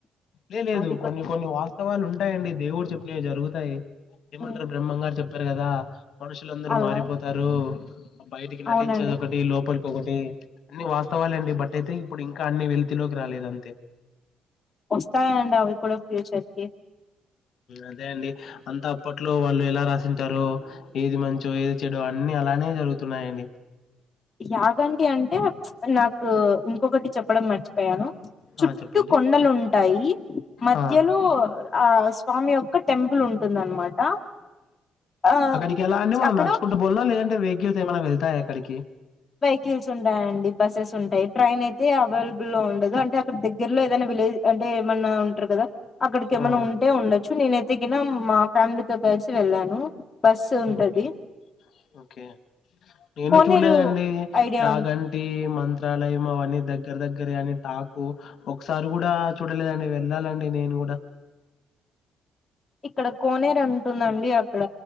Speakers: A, on the left; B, on the left.
A: లే లేదు
B: అది కూడా
A: కొన్ని కొన్ని వాస్తవాలు ఉంటాయండి దేవుడు చెప్పినవి జరుగుతాయి ఏమంటారు
B: హ్మ్.
A: బ్రహ్మంగారు చెప్పారు కదా మనుషులుందరూ
B: అలా
A: మారిపోతారు బయటికి నటించేది
B: అవునండి
A: ఒకటి లోపలి ఇంకొకటి అన్ని వాస్తవాలుండి బట్ అయితే ఇప్పుడు ఇంకా అన్ని వెళ్తిలోకి రాలేదు అంతే
B: వస్తాయి అండా అవి కూడా ఫ్యూచరికి
A: అదే అండి అంత అప్పట్లో వాళ్ళు ఎలా రాసింటారో ఏది మంచో ఏది చెడు అన్ని అలానే జరుగుతున్నాయండి
B: యాగంటి అంటే నాకు ఇంకొకటి చెప్పడం మర్చిపోయ చుట్టూ
A: ఆ! చెప్పండి.
B: కొండలుంటాయి మధ్యలో
A: ఆ!
B: ఆ స్వామి యొక్క టెంపుల్ ఉంటుందనమాట ఆ
A: అక్కడికి ఎలా అంట మనం
B: అక్కడ
A: నడుచుకుంట పోవాల లేదంటే వెహికల్స్ ఏమైనా వెళ్తాయా అక్కడికి
B: వెహికల్స్ ఉంటాయి అండి బస్సెస్ ఉంటాయి ట్రైన్ అయితే అవైలబుల్ గా ఉండదు అంటే అక్కడ దగ్గరలో ఏదైనా విలేజ్ అంటే ఏమన్నా ఉంటారు కదా అక్కడికి ఏమైన
A: ఆ!
B: ఉంటే ఉండొచ్చు నేనైతే కిన మా ఫ్యామిలీతో వెళ్ళాను బస్సు ఉంటది
A: ఓకే. ఓకే నేను
B: కోనేరు
A: చూడలేదండి
B: ఐడియా
A: యాగంటి
B: ఉ
A: మంత్రాలయం అవన్నీ దగ్గర దగ్గర అని టాక్ ఒకసారి కూడా చూడలేదండి వెళ్ళాలండి నేను కూడా
B: ఇక్కడ కోనేరు ఉంటుందండి అక్కడ